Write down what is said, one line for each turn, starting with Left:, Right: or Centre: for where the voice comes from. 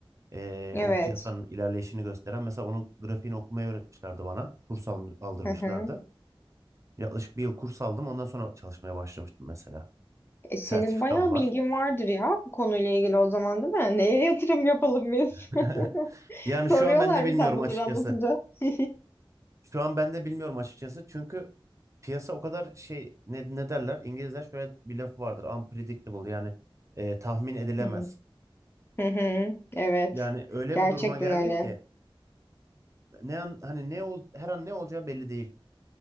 Right: e,
Left: Evet.
Right: o piyasanın ilerleyişini gösteren. Mesela onun grafiğini okumayı öğretmişlerdi bana. Kurs al- aldırmışlardı.
Left: Hı hı.
Right: Yaklaşık bir yıl kurs aldım. Ondan sonra çalışmaya başlamıştım mesela.
Left: E, senin
Right: Sertifikam
Left: bayağı
Right: var.
Left: bilgin vardır ya bu konuyla ilgili o zaman değil mi? Neye yatırım yapalım biz?
Right: <laughs>
Left: <laughs>
Right: Yani
Left: Soruyorlar
Right: şu an ben de bilmiyorum
Left: mı sen bunları
Right: açıkçası.
Left: anlatınca? <laughs> Hı
Right: Şu an ben de bilmiyorum açıkçası. Çünkü piyasa o kadar şey ne, ne derler? İngilizler şöyle bir lafı vardır. Unpredictable yani e, tahmin edilemez.
Left: hı. Hı hı. Evet.
Right: Yani öyle
Left: Gerçekten
Right: bir duruma geldik
Left: öyle.
Right: ki ne an hani ne ol, her an ne olacağı belli değil.